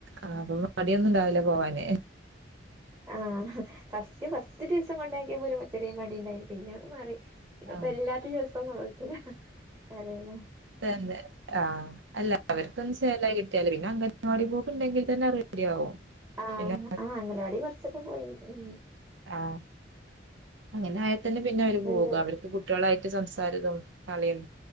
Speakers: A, on the right; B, on the right.
A: ആഹ് അപ്പൊ മടിയൊന്നും ഇണ്ടാവില്ല പോവാന്
B: ആഹ് ഫസ്റ്റ് ഫസ്റ്റ് ദിവസം കൊണ്ടാക്കിയപ്പോ ഒരു ചെറിയ മടി ഇണ്ടായിരുന്നു പിന്നെ അത് മാറി പിന്നെപ്പല്ലാത്ത
A: ആ
B: ദിവസം നൊളോൾച്ചലാ ഏതാലും
A: തന്നെ ആഹ് അല്ല അവർക്കൊന്ന് ചേലായി കിട്ടിയാല് പിന്നെ അങ്ങ നവാടി പോക്ക് ഉണ്ടെങ്കിതന്നെ റെഡി ആവും
B: ആഹ്
A: പിന്നെ
B: ആഹ് അങ്ങലവാടി കുറച്ചൊക്കെ പോയി ഉം
A: ആഹ് അങ്ങനെ ആയാൽ തന്നെ പിന്നെ അവര് പോകും
B: എന്ത്
A: അവർക്ക് കുട്ട് ട്ടികളായിട്ട് സംസാരിതും കളിയും